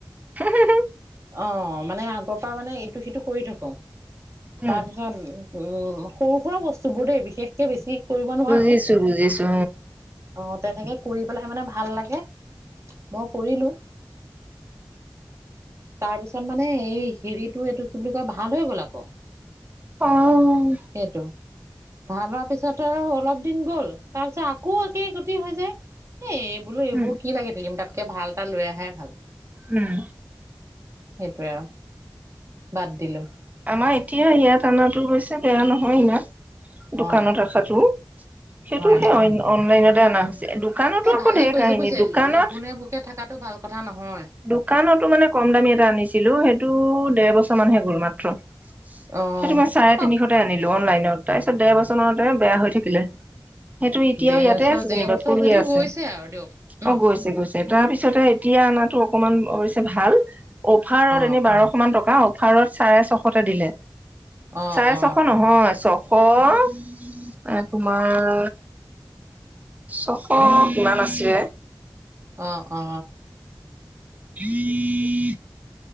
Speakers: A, on the right; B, on the right.
A: উম উম উম
B: অ মানে আগৰ পৰা মানে টো সেইটো কৰি থাকো
A: উম
B: তাৰপিছত উম সৰু সুৰা বস্তু বোৰ দেই বিশেষ। বেছি কৰিব নোৱাৰো
A: বুজিছো বুজিছো
B: অ। তেনেকে কৰি পেলাই মানে ভাল লাগে। মই কৰিলো তাৰপিছত মানে এই হেৰিটো এইটো কি বুলি কয় ভাল হৈ গল আকৌ
A: উম।
B: সেইটো ভাল হোৱাৰ পিছত আৰু অলপ দিন গ'ল তাৰপিছত আকৌ একে গতি হৈ যায় এ এই বোলো এইবোৰ
A: উম
B: কি লাগে তাতকে ভাল এটা লৈ আহে ভাল
A: উম
B: সেইটোৱে আৰু বাদ দিলো
A: আমাৰ এতিয়া ইয়াত আনা টো হৈছে বেয়া নহয় ইমান দোকানত
B: অ
A: ৰাখাটো সেইটো
B: হয়
A: সে
B: হয়।
A: অইন অনলাইন দিয়া না দোকানতো
B: এই
A: আকৌ
B: ভালে
A: ঢেৰ
B: কৰিছে
A: কাহিনী
B: বুজিছে
A: দোকানত
B: লঘোনে ভোকে থকাটো ভাল কথা নহয়।
A: দোকানতো মানে কম দামী এটা আনিছিলো সেইটো দেৰ বছৰ মানে গল মা <unintelligible>
B: অ।
A: সেইটো মই চাৰে
B: অ
A: তিনিশতে আনিলো অনলাইন তাৰ পিছত দেৰ বছৰ মানতে বেয়া হৈ থাকিলে সেইটো এতিয়াও
B: দেৰ
A: ইয়াতে
B: বছৰ
A: আছে
B: দেৰ
A: যেনিবা
B: বছৰ
A: পৰি
B: যদিও
A: আছে
B: গৈছে আৰু দিয়ক ন।
A: অ গৈছে গৈছে তাৰপিছতে এতিয়া আাত টো অকমান অৱশ্যে ভাল অফাৰত
B: অ
A: এনে বাৰশ মান টকা ভাৰত চাৰে ছশটা দিলে
B: অ
A: চাৰে
B: অ
A: ছশ নহয় ছশ এশ তোমাৰ ছশ কিমান আছে
B: অ অ
A: উম